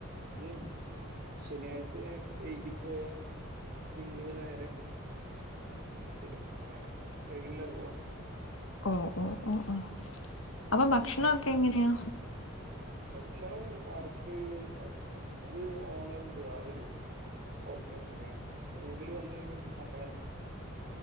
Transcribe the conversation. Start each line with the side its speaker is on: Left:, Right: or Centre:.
Right: ഉം ഉം ശനിയാഴ്ച ഞാൻ വൈകിട്ട് പോയാ തിങ്കള് നേരെ വരും അങ്ങനെ ട്രെയിനിലാ പോവാ
Left: ഓഹ് ഓഹ് ഓഹ് ആഹ് അപ്പൊ ഭക്ഷണൊക്കെ എങ്ങനെയാ?
Right: ഭക്ഷണം <unintelligible> അത് ഓണർണ്ട് അവര് ഓക്കെ ഓക്കെ ഞാൻ റൂമിൽ വന്ന് കഴിഞ്ഞാൽ പിന്നെ നമ്മള് തന്നെ